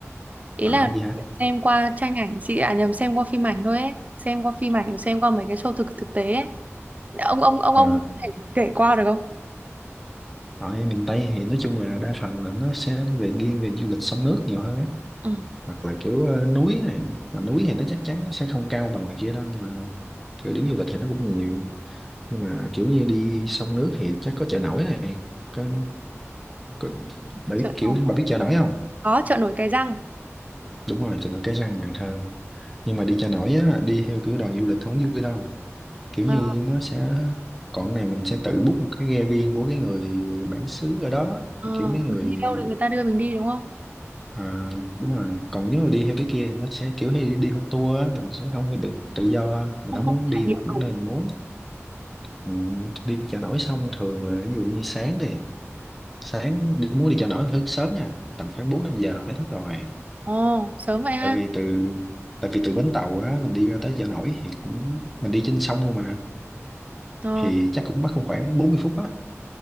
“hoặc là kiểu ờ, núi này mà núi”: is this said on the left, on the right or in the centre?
Centre